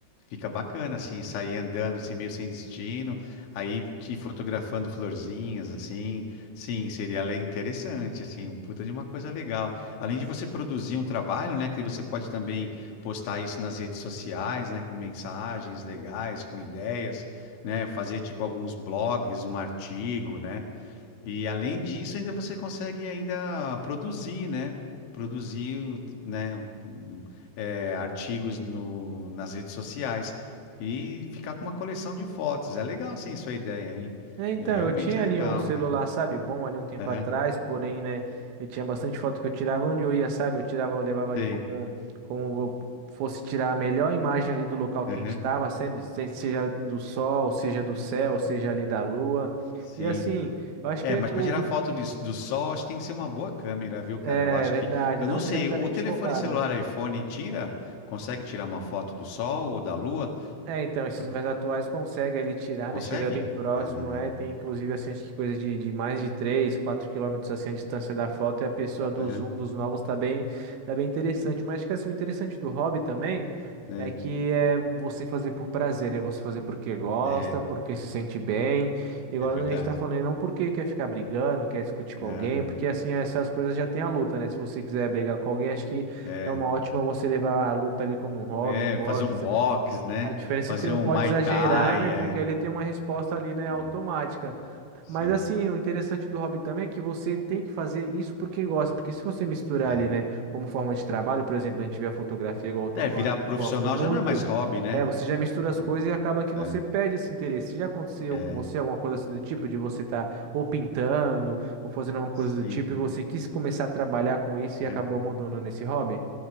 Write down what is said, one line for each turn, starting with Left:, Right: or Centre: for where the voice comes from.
Left: fica bacana, assim, sair andando assim meio sem destino, aí te fotografando florzinhas, assim, sim, seria le- interessante, assim, um puta de uma coisa legal. Além de você produzir um trabalho, né, que você pode também postar isso nas redes sociais, né, com mensagens legais, com ideias, né, fazer tipo alguns blogs, um artigo, né? E além disso, ainda você consegue ainda produzir, né? Produzir, o- né? um, é, artigos no, nas redes sociais e ficar com uma coleção de fotos. É legal, sim, sua ideia, hein?
Right: É, Então,
Left: É, realmente
Right: eu tinha
Left: é legal,
Right: ali um celular,
Left: né?
Right: sabe, bom ali um tempo
Left: Aham,
Right: atrás, porém, né, eu tinha bastante foto que eu tirava onde eu ia, sabe, eu tirava, eu levava ali
Left: sim,
Right: como, como eu fosse tirar a melhor imagem ali do local que
Left: aham,
Right: a gente tava, sempre, se- seja do sol, seja do céu, seja ali da lua,
Left: sim.
Right: e assim, eu acho
Left: É,
Right: que é
Left: mas
Right: o,
Left: para tirar foto de- do sol, acho que tem que ser uma boa câmera, viu, cara?
Right: é
Left: Eu acho
Right: verdade,
Left: que, eu
Right: não
Left: não sei,
Right: diretamente
Left: o telefone
Right: focada.
Left: celular iPhone tira, consegue tirar uma foto do sol ou da lua?
Right: É, então, esses
Left: Porque,
Right: mais atuais consegue ele tirar,
Left: consegue?
Right: né? Chega bem próximo,
Left: Ah,
Right: é. Tem inclusive assim, acho que coisa de, de mais de 3 4 quilômetros assim a distância da foto e a pessoa do
Left: aham.
Right: zoom dos novos tá bem, tá bem interessante. Mas acho que assim, o interessante do hobby também
Left: É,
Right: é que é você fazer por prazer, né? Você fazer porque gosta,
Left: é,
Right: porque se sente bem. Igual
Left: é verdade.
Right: a gente tá falando aí, não porque quer ficar brigando, quer discutir com
Left: Né?
Right: alguém, porque assim, essas coisas já tem a luta, né? Se você quiser brigar com alguém, acho que
Left: É,
Right: é uma ótima você levar a luta ali como um hobby,
Left: é,
Right: um box.
Left: fazer um box, né?
Right: A diferença
Left: Fazer
Right: é que você não
Left: um
Right: pode
Left: Muay
Right: exagerar,
Left: Thai,
Right: né? Porque
Left: é.
Right: ele tem uma resposta ali, né,
Left: É,
Right: automática.
Left: sim.
Right: Mas assim, o interessante do hobby também é que você tem que fazer isso porque gosta. Porque se você misturar
Left: É.
Right: ali, né, como forma de trabalho, por exemplo, a gente vê a fotografia, igual eu tô
Left: É,
Right: falando,
Left: virar
Right: que
Left: profissional
Right: gosto muito,
Left: já não é mais hobby, né?
Right: é, você já mistura as
Left: É,
Right: coisas e acaba que
Left: é,
Right: você perde esse interesse. Já aconteceu
Left: é,
Right: com você alguma coisa assim do tipo, de você estar ou pintando, ou fazendo alguma coisa
Left: sim.
Right: do tipo, e você quis começar a trabalhar com isso e
Left: é.
Right: acabou abandonando esse hobby?